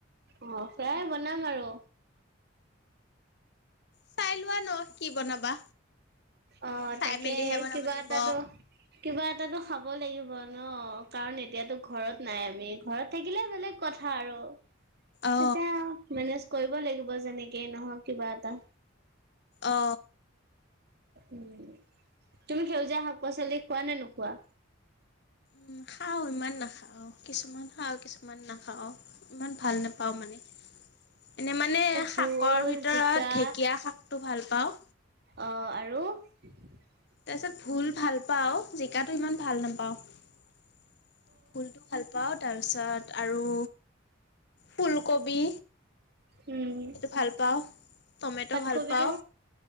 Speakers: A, on the right; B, on the left.
A: অ', সেয়াই বনাম আৰু।
B: চাই লোৱা ন? কি বনাবা,
A: অ'
B: চাই
A: তাকে
B: মেলিহে বনাব
A: কিবা
B: লাগিব।
A: এটাতো কিবা এটাতটো খাব লাগিব ন কাৰণ, এতিয়াতো ঘৰত নাই আমি। ঘৰত থাকিলে বেলেগ কথা আৰু। তাকে
B: অ
A: আৱ মেনেজ কৰিব লাগিব, যেনেকে নহওক কিবা এটা।
B: অ
A: উম তুমি সেউজীয়া শাক পাচলি খোৱা নে নোখোৱা
B: উম খাও ইমান নাখাও কিছুমান খাওঁ কিছুমান নাখাওঁ ইমান ভাল নাপাওঁ মানে এনে মানে
A: ভোল,
B: শাকৰ ভিতৰত
A: জিকা
B: ঢেঁকীয়া শাকটো ভাল পাওঁ।
A: অ' <inaudible>
B: তাৰ পিছত ভুল ভাল পাওঁ। জিকাটো ইমান ভাল নাপাওঁ। ভুলটো ভাল পাওঁ তাৰপিছত আৰু ফুলকবি
A: উম,
B: সেইটো ভাল পাওঁ টমেট
A: পাতকবিটো
B: ভাল পাওঁ